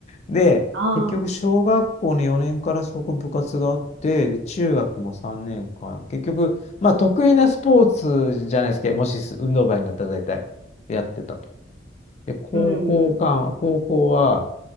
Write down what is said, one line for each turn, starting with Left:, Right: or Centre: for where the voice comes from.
Left: で、
Right: ああ、
Left: 結局、小学校の4年からそこ部活があって、で中学も3年間、結局、まあ得意なスポーツじゃないですけど、もし運動部になったら大体やってたと。で、高校間、
Right: うん。
Left: 高校は、